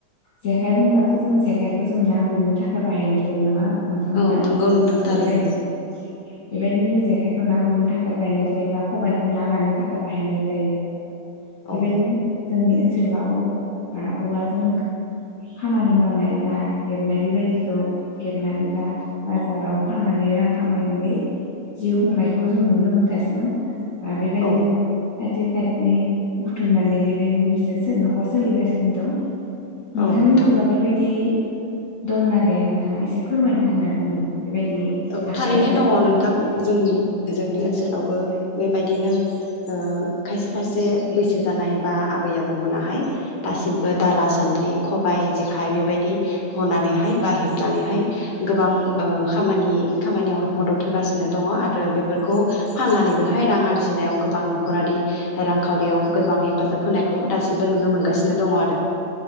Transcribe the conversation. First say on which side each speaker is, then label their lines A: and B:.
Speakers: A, on the left; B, on the left.
A: जेखाइ बुंब्लाथ' जों जेखाइखौ जों ना गुरनो थाखाय बाहायनाय जायो नङा नोंथां होमबा
B: औ नंगौ नोंथां थारैनो
A: बेबाय <unintelligible> बेबायदिनो जेखाइ खौ ना गुरनो थाखाय बाहायनाय जायोबा खबाइखौ ना लानो थाखाय बाहायनाय जायो बेबायदिनो
B: औ
A: जोंनि ओनसोलाव बा औवाजों खामानि मावनाय बा हेबनाय बेबायदिखौ हेबनानै बा बाजाराव फाननानै रां खामायनानै जि खुंनाय खौ जों नुनो मोनगासिनो बा बेबायदिनो
B: औ
A: थाइसे थाइनै बुथुमनानै बेबाय बिसोर न'खर सोलिगासिनो दं नोंथांनि
B: औ नोंथां
A: ओनसोलाव बेबायदि दंना गैया नोंथाङा एसे फोरमायना होनो हागोन नामा बेबायदि
B: औ
A: आखाइजों
B: थारैनो दङ
A: बा
B: नोंथां जोंनि जोंनि ओनसोलावबो बेबायदिनो ओ खायसे खायसे बैसो जानाय बा आबै आबौमोनाहाय दासिमबो दाला सान्द्रि खबाइ जेखाइ बेबायदि हनानैहाय बा हेबनानैहाय गोबां ओ खामानि खामानियाव मदद होगासिनो दङ आरो बेफोरखौ फाननानैबोहाय रां आरजिनायाव गोबां नखरारि रांखावरियाव गोबां हेफाजाब होनायखौ दासिमबो नुनो मोनगासिनो दङ आरो